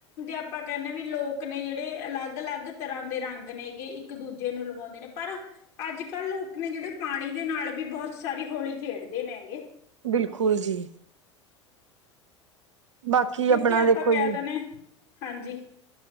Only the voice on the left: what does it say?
ਆਪਾਂ ਕਹਿੰਣੇ ਵੀ ਹਾਂ ਕਿ ਲੋਕ ਨੇ ਜਿਹੜੇ ਅਲੱਗ-ਅਲੱਗ ਤਰ੍ਹਾਂ ਦੇ ਰੰਗ ਇੱਕ-ਦੂਜੇ ਨੂੰ ਲਗਾਉਂਦੇ ਨੇ ਪਰ ਅੱਜਕੱਲ੍ਹ ਲੋਕ ਪਾਣੀ ਦੇ ਨਾਲ ਵੀ ਬਹੁਤ ਸਾਰੀ ਹੋਲੀ ਖੇਡਦੇ ਨੇ ਹੈਗੇ।
ਕਿਉਂਕਿ
ਆਪਾਂ
ਕਹਿ
ਦਿੰਦੇ ਹਾਂਜੀ।